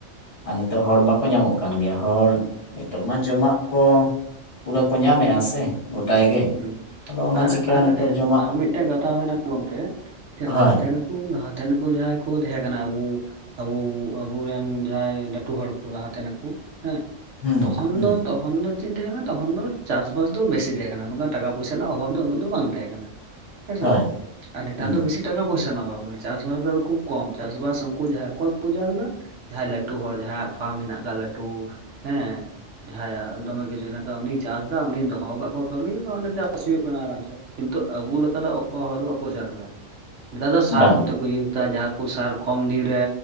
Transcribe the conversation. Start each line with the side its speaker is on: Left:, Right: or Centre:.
Left: ᱟᱨ ᱱᱤᱛᱳᱜ ᱦᱚᱲ ᱵᱟᱠᱚ ᱧᱟᱢᱚᱜ ᱠᱟᱱ ᱜᱮᱭᱟ, ᱦᱚᱲ ᱱᱤᱛᱚᱜᱜ ᱢᱟ ᱡᱚᱢᱟᱜ ᱠᱚ ᱯᱩᱨᱟᱹ ᱠᱚ ᱧᱟᱢᱮᱫᱼᱟ ᱥᱮ᱾ ᱜᱚᱴᱟᱭ ᱜᱮ᱾
Right: ᱦᱩᱸ
Left: ᱟᱫᱚ ᱚᱱᱟ
Right: ᱟᱨ
Left: ᱪᱤᱠᱟ
Right: ᱟᱨ
Left: ᱱᱤᱛᱚᱜ
Right: ᱮᱸ
Left: ᱡᱚᱢᱟᱜ
Right: ᱟᱨᱦᱚᱸ ᱢᱤᱫᱴᱮᱱ ᱠᱟᱛᱷᱟ ᱦᱩᱭᱱᱟ ᱜᱚᱝᱠᱮ ᱡᱮ
Left: ᱦᱳᱭ
Right: ᱞᱟᱦᱟ ᱛᱮᱱ ᱠᱩᱸ ᱞᱟᱦᱟ ᱛᱮᱱ ᱠᱩᱸ ᱡᱟᱦᱟᱸᱭ ᱠᱚ ᱛᱟᱦᱮᱸ ᱠᱟᱱᱟ ᱟᱵᱩᱸ ᱟᱵᱩᱸ ᱟᱵᱚᱨᱮᱱ ᱡᱟᱦᱟᱸᱭ ᱞᱟᱹᱴᱩ ᱦᱚᱲ ᱠᱚ, ᱞᱟᱦᱟᱛᱮ ᱱᱟᱠᱩᱸ ᱦᱮᱸ᱾
Left: ᱦᱩᱸ
Right: ᱛᱚᱠᱷᱚᱱ
Left: ᱦᱩᱸ
Right: ᱫᱚ ᱛᱚᱠᱷᱚᱱ ᱫᱚ ᱪᱮᱫ ᱛᱟᱦᱮᱸ ᱠᱟᱱᱟ ᱛᱚᱠᱷᱚᱱ ᱫᱚ ᱪᱟᱥᱵᱟᱥ ᱫᱚ ᱵᱮᱥᱤ ᱛᱟᱦᱮᱸ ᱠᱟᱱᱟ ᱱᱚᱝᱠᱟ ᱴᱟᱠᱟ ᱯᱚᱭᱥᱟ ᱨᱮᱱᱟᱜ ᱚᱵᱷᱟᱵ ᱫᱚ ᱩᱱᱟᱹᱜ ᱫᱚ ᱵᱟᱝ ᱛᱟᱦᱮᱸ ᱠᱟᱱᱟ᱾ ᱦᱮᱸᱥᱮ
Left: ᱦᱳᱭ
Right: ᱵᱟᱝ ᱟᱨ ᱱᱮᱛᱟᱨ
Left: ᱦᱩᱸ
Right: ᱫᱚ ᱵᱤᱥᱤ ᱴᱟᱠᱟ ᱯᱚᱭᱥᱟ ᱨᱮᱱᱟᱜ ᱚᱵᱷᱟᱵ ᱢᱮᱱᱟ᱾ ᱪᱟᱥᱵᱟᱥ ᱫᱚ ᱟᱫᱚ ᱠᱷᱩᱵ ᱠᱚᱢ, ᱪᱟᱥᱵᱟᱥ ᱩᱱᱠᱩ ᱡᱟᱦᱟᱸᱭ ᱟᱠᱚᱣᱟᱜ ᱜᱮᱠᱚ ᱪᱟᱥ ᱫᱟ᱾ ᱡᱟᱦᱟᱸᱭ ᱞᱟᱹᱴᱩ ᱦᱚᱲ ᱡᱟᱦᱟᱸᱭᱟᱜ ᱯᱷᱟᱢ ᱦᱮᱱᱟᱜ ᱠᱟᱜ-ᱥ, ᱞᱟᱹᱴᱩ ᱦᱮᱸ᱾ ᱡᱟᱦᱟᱸᱭᱟᱜ ᱫᱚᱢᱮ ᱠᱤᱪᱷᱩ ᱦᱮᱱᱟᱜ ᱠᱟᱜ-ᱟ ᱩᱱᱤ ᱪᱟᱥ ᱫᱟ ᱩᱱᱤᱭ ᱫᱚᱦᱚ ᱠᱟᱫ ᱠᱚᱣᱟ᱾ ᱠᱟᱹᱢᱤ ᱢᱟ ᱚᱸᱰᱮ ᱪᱟᱥ ᱦᱩᱭᱩᱜ ᱠᱟᱱᱟ ᱟᱨᱟᱢ ᱥᱮ ᱠᱤᱱᱛᱩ ᱟᱵᱩ ᱞᱮᱠᱟ ᱫᱚ ᱚᱠᱚᱭ ᱦᱚᱲ ᱫᱚ ᱵᱟᱠᱚ ᱪᱟᱥ ᱫᱟ᱾ ᱱᱮᱛᱟᱨ ᱫᱚ ᱥᱟᱨ
Left: ᱵᱟᱝ
Right: ᱠᱚᱛᱮ ᱠᱚ ᱤᱨ ᱫᱟ ᱡᱟᱦᱟᱸ ᱠᱩᱸ ᱥᱟᱨ ᱠᱚᱢ ᱫᱤᱱ ᱨᱮ